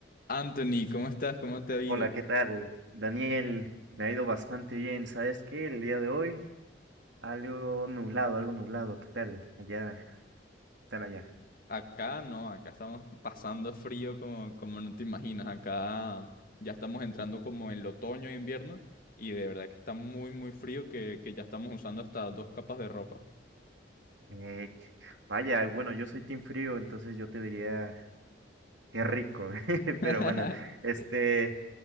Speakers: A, on the left; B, on the right.
A: Anthony, ¿cómo estás? ¿Cómo te ha ido?
B: Hola, ¿qué tal? Daniel, me ha ido bastante bien. ¿Sabes qué? El día de hoy, algo nublado, algo nublado. ¿Qué tal? Allá, ¿qué tal allá?
A: Acá no, acá estamos pasando frío como, como no te imaginas. Acá ya estamos entrando como en el otoño e invierno y de verdad que está muy, muy frío que, que ya estamos usando hasta dos capas de ropa.
B: Eh, vaya, bueno, yo soy team frío, entonces yo te diría qué rico. <laughs>
A: <laughs>
B: Pero bueno, este,